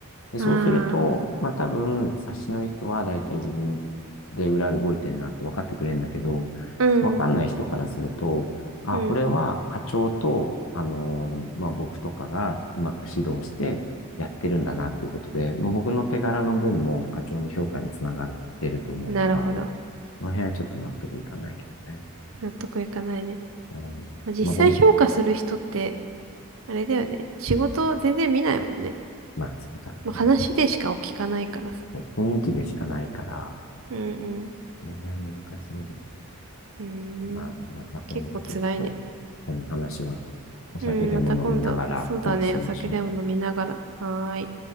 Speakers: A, on the left; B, on the right.
A: で、
B: ああ、
A: そうすると、まあ多分、冊子の人は大体自分で裏動いてんなって分かってくれるんだけど、
B: うん。
A: 分かんない人からすると、あ、
B: うん。
A: これは課長と、あのーまあ僕とかがうまく指導してやってるんだなっていうことで、もう僕の手柄の分も課長の評価につながってると思うから、
B: なるほど。
A: この辺はちょっと納得いかないけどね。
B: 納得いかないね。
A: うん。
B: まあ、実際評価する人って、
A: まあごめん、
B: あれだよね。仕事全然見ないもんね。
A: まあそうだね。
B: まあ、話でしか聞かないからさ。
A: 雰囲気でしかないから、
B: うん
A: この辺は難しいよね。
B: うん。う
A: まあ、
B: ーん。
A: また今度ちょっと、
B: 結構辛いね。
A: この話はお酒でも飲みながら話しましょうね。
B: うん。また今度、そうだね。お酒でも飲みながら。はーい。